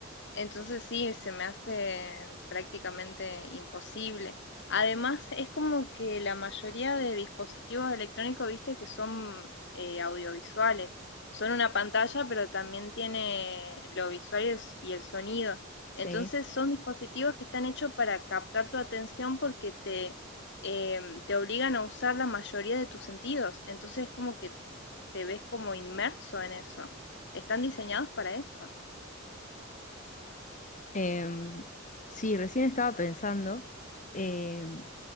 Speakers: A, on the left; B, on the left.
A: Entonces sí, se me hace prácticamente imposible. Además, es como que la mayoría de dispositivos electrónicos, viste, que son eh, audiovisuales. Son una pantalla, pero también tiene lo visual y el, s- y el sonido.
B: sí.
A: Entonces son dispositivos que están hechos para captar tu atención porque te, em, te obligan a usar la mayoría de tus sentidos. Entonces es como que te ves como inmerso en eso. Están diseñados para eso.
B: Em, sí, recién estaba pensando em,